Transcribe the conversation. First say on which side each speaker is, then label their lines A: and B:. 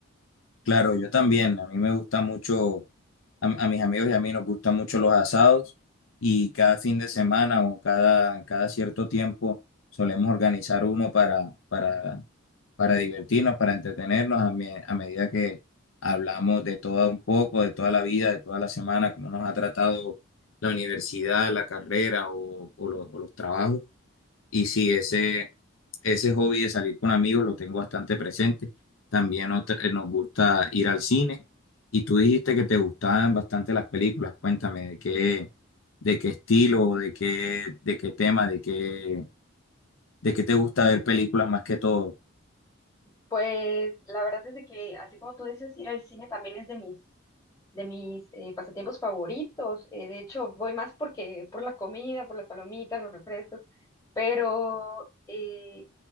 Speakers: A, on the left; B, on the left.
A: Claro, yo también, a mí me gusta mucho, a, a mis amigos y a mí nos gustan mucho los asados y cada fin de semana o cada, cada cierto tiempo solemos organizar uno para, para para divertirnos, para entretenernos a, me- a medida que hablamos de todo un poco, de toda la vida, de toda la semana, cómo nos ha tratado la universidad, la carrera o, o los, o los trabajos. Y sí, ese, ese hobby de salir con amigos lo tengo bastante presente. También otra- eh, nos gusta ir al cine. Y tú dijiste que te gustaban bastante las películas. Cuéntame de qué, de qué estilo, de qué, de qué tema, de qué, de qué te gusta ver películas más que todo.
B: Pues la verdad es de que, así como tú dices, ir al cine también es de mis de mis eh, pasatiempos favoritos. Eh, de hecho, voy más porque por la comida, por las palomitas, los refrescos, pero eh,